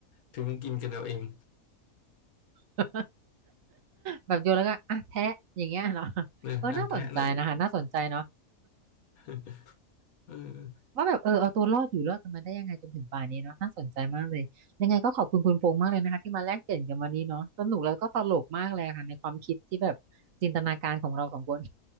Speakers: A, on the left (about 85°); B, on the right (about 70°).
A: ถึงกินกันเอาเอง
B: <laughs> แบบโยนแล้วก็อ่ะแทะอย่างเงี้ยเหรอ
A: เนอะอ่ะแพะนะลูก
B: เออน่าสนใจนะคะน่าสนใจเนาะ
A: <laughs> เออ
B: ว่าแบบเออเอาตัวรอดอยู่รอดกันมาได้ยังไงจนถึงป่านนี้เนาะน่าสนใจมากเลยยังไงก็ขอบคุณคุณพงษ์มากเลยนะคะที่มาแลกเปลี่ยนกันวันนี้เนาะสนุกแล้วก็ตลกมากเลยค่ะในความคิดที่แบบจินตนาการของเราสองคน